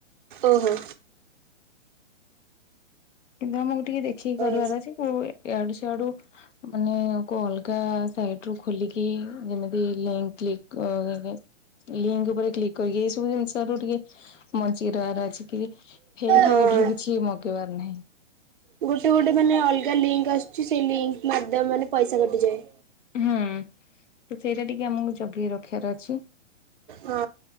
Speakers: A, on the right; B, on the left.
A: ଓହୋ।
B: କିନ୍ତୁ ଆମକୁ ଟିକେ ଦେଖିକି କରିବାର
A: ଓହୋ
B: ଅଛି କୋଉ ୟା ଡୁ ସିଆଡୁ ମାନେ କୋଉ ଅଲଗା ସାଇଟ ରୁ ଖୋଲିକି ଯେମିତି ଲିକ୍ କ୍ଲିକ କରେ। ଲିଙ୍କ ଉପରେ କ୍ଲିକ କରିକି ଏଇସବୁ ଜିନିସରୁଟିକେ ବଞ୍ଚିକି ରହିବାର ଅଛି କି ଫେକ
A: ହଁ।
B: ଆଇଡି ରୁ କିଛି ମଗେଇବାର ନାହିଁ।
A: ଗୋଟେ ଗୋଟେ ମାନେ ଅଲଗା ଲିଙ୍କ୍ ଆସୁଛି ସେଇ ଲିଙ୍କ ମାରି ଦବମାନେ ପଇସା କଟିଯାଏ।
B: ହୁଁ ସେଇଟା ଟିକେ ଆମକୁ ଜଗି ରଖିବାର ଅଛି।
A: ହଁ।